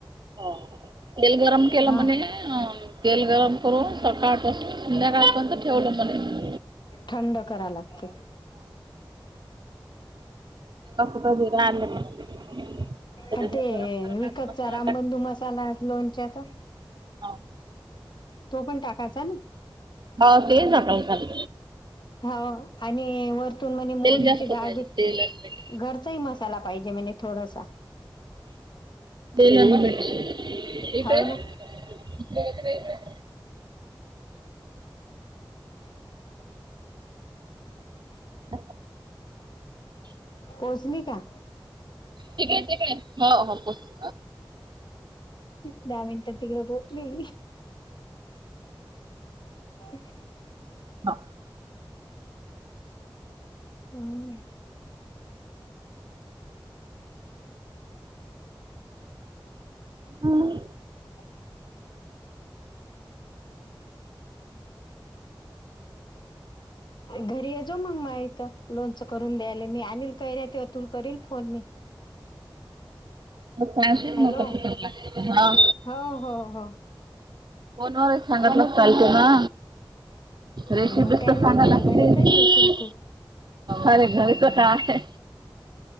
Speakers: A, on the right; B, on the left.
A: हो तेल गरम केलं
B: हा
A: म्हणे अ तेल गरम करून सकाळपासून संध्याकाळपर्यंत ठेवलं म्हणे
B: थंड कराव लागत
A: <unintelligible> त्याच्यामध्ये
B: आणि ते
A: गरम गरमात
B: विकतचा
A: मसाला
B: रामबंधू मसाला लोणच्याचा
A: होव
B: तो पण टाकायचा ना
A: हो तेच झाकण घाल
B: हाव आणि वरतून म्हणे मोहरीची
A: तेल जास्त
B: डाळबी
A: पाहिजे तेल आणि मीठ
B: घरचाही मसाला पाहिजे म्हणजे थोडासा
A: <unintelligible>
B: हो ना
A: ब
B: पोहचली का
A: ठीक आहेकडे हो हो पोचली
B: दहा मिनिटात तिघ पोचली. <unintelligible>
A: <inaudible>
B: हम्.
A: हं.
B: <unintelligible> घरी अजू जेव मग माझ्या इथं लोणचं करून द्यायले मी आणल काय नाई त्यातून करील फोन मी.
A: हां.
B: हॅलो हो हो हो.
A: फोन वारच सांगितलं चालतंय ना? रेषेपीच
B: हा मग त्यानिमित्ताने
A: तर सांगायला लागते.
B: घरी तरी येशील तू
A: अरे घरी कसा आहे.